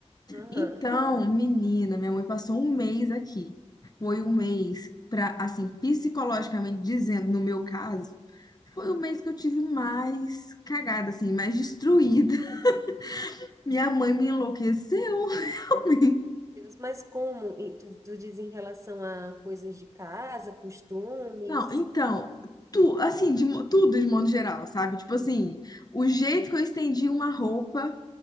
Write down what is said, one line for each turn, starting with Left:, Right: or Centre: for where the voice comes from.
Right: Aham.
Left: Então, menina, minha mãe passou um mês aqui. Foi um mês pra, assim, psicologicamente dizendo, no meu caso, foi o
Right: Aham.
Left: mês que eu tive mais cagada, assim, mais destruída. <laughs> Minha mãe me enlouqueceu, <laughs> realmente.
Right: Deus, mas como? E Tu, tu diz em relação a coisas de casa, costumes?
Left: Não, então, tu, assim, de mo- tudo de modo geral, sabe? Tipo assim, o jeito que eu estendi uma roupa,